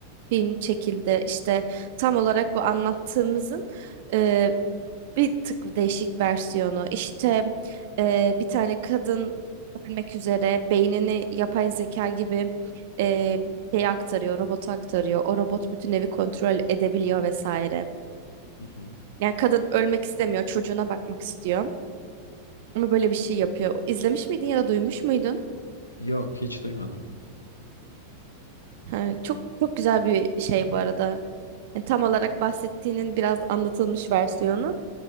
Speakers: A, on the right; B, on the left.
A: film çekildi. İşte tam olarak bu anlattığımızın e, bir tık değişik versiyonu. İşte e, bir tane kadın ölmek üzere beynini yapay zeka gibi e, şeye aktarıyor, robota aktarıyor. O robot bütün evi kontrol edebiliyor vesaire.
B: Hı hı.
A: Yani kadın ölmek istemiyor, çocuğuna bakmak istiyor. Ama böyle bir şey yapıyor. İzlemiş miydin ya da duymuş muydun?
B: Yok hiç duymadım.
A: Ha, çok çok güzel bir şey bu arada. Yani tam olarak bahsettiğinin biraz anlatılmış versiyonu.